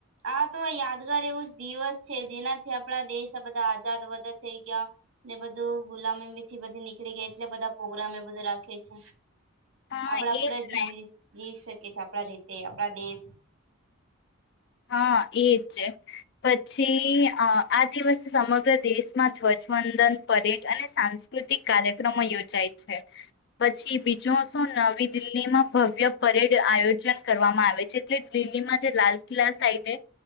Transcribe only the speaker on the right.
આ તો યાદગાર એવું દિવસ છે જેનાથી આપણા દેશ આ બધા આઝાદ એવા થઈ ગયા ને બધું ગુલામીથી બધી નીકળી ગયા એટલે બધા પોગ્રામને બધું રાખે છે.
આપડા આપડે
જીવી
જીવી શક કે છે આપણા રી તે આપણા દેશ